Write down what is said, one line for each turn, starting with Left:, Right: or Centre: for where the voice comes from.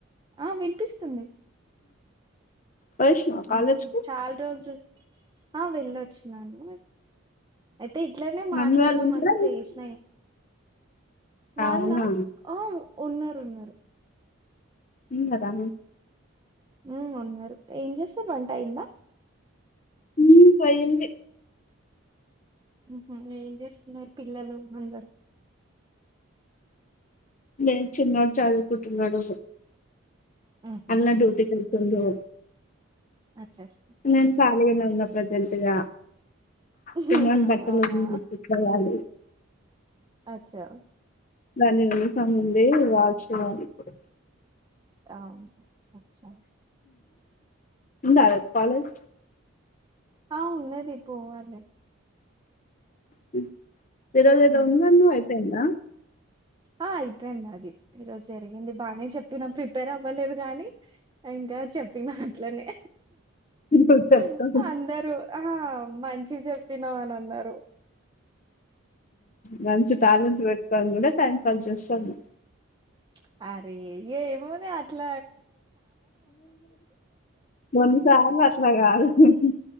Right: ఆ వినిపిస్తుంది
Left: వచ్చినవా
Right: ఉమ్
Left: కాలేజ్ కి
Right: చాల్ రోజు ఆ వెళ్ళొచ్చినాను అయితే ఇట్లనే మాట్లాడదాం
Left: మమ్మీ వాళ్ళు ఉన్నారా
Right: అని చేసినాయి వాళ్ళ
Left: అవునా
Right: ఆ ఉన్నారు ఉన్నారు
Left: ఊన్ గదా
Right: హమ్ ఉన్నరు ఏం చేస్తరు వ అయిందా
Left: ఊ పోయింది
Right: హమ్మ్ ఏం చేస్తున్నారు పిల్లలు అందరూ
Left: లేదు చిన్నోడు చదువుకుంటున్నాడు
Right: ఉహు,
Left: అన్న డ్యూటీకి ఎల్లిపోయిండు
Right: అచ్చా అచ్చా.
Left: నేన్ కాలిగానే ఉన్నా ప్రెసెంట్గా
Right: ఉహు,
Left: చిన్నోన్ బట్టలన్నీ
Right: అవునా
Left: దీంట్లో వేయాలి
Right: అచ్చా
Left: దాన్ని వినక ముందే రాసుండాలి బ
Right: అవు అచ్చ
Left: ఉందా రేపు కాలేజ్
Right: ఆ ఉన్నది పోవాలే
Left: హమ్ ఈరోజేదో
Right: ఉమ్.
Left: ఉందన్నావ్ అయిపోయిందా
Right: ఆ అయిపోయింది అది ఈరోజు జరిగింది బానే చెప్పినం ప్రిపేర్ అవ్వలేదు గానీ ఇంకా చెప్పిన అట్లనే
Left: ఇప్పుడు చెప్తా
Right: అహహా అందరూ ఆ మంచి చెప్పినావ్ అని అన్నారు
Left: మంచు టాలెంటు నీ కూడా టైం కలిసొస్తుంది
Right: చమ్ అరే ఏమోలే అట్ల
Left: కొన్ని సార్లు అస్సలగా ఉహూ